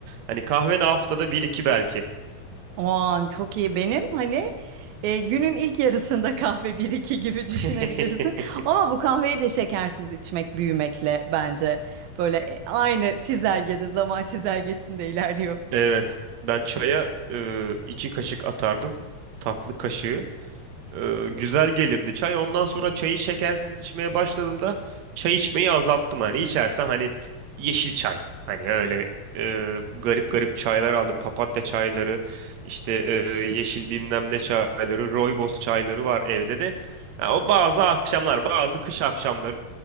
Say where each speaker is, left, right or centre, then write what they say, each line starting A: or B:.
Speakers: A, on the right (about 60°); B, on the right (about 85°).
A: Hani kahve de haftada bir iki belki.
B: Aman çok iyi benim hani e, günün ilk yarısında <laughs> kahve bir iki gibi
A: <laughs>
B: düşünebilirsin. Ama bu kahveyi de şekersiz içmek büyümekle bence böyle e, aynı çizelgede zaman çizelgesinde ilerliyor.
A: Evet. Ben çaya e, iki kaşık atardım. Tatlı kaşığı. e, güzel gelirdi çay. Ondan sonra çayı şekersiz içmeye başladığımda çay içmeyi azalttım. Hani içersem hani yeşil çay. Hani öyle e, garip garip çaylar aldım. Papatya çayları, işte e, yeşil bilmem ne çayları, rooibos çayları var evde de. Ha, o bazı akşamlar, bazı kış akşamları